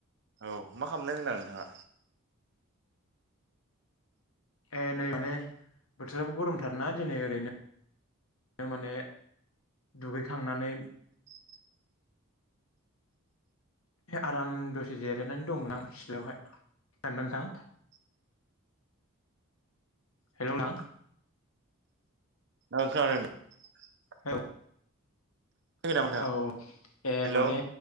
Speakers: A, on the right; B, on the left.
A: औ मा खालामदों होनदों नोंथाङा।
B: ए नै माने बोथोराबो गरमथार ना दिनै ओरैनो। बिनो माने दुगैखांनानै।
A: <inaudible>
B: आराम दसे जिरायनानै दंमोन आं सिथ्लायावहाय जिरायनानै नोंथां।
A: <inaudible>
B: हेलौ नां
A: नं सारनो <unintelligible>
B: हेलौ
A: खोनादों खोनायाखै नामा नोंथाङा
B: औ औ ए
A: हेलौ
B: माने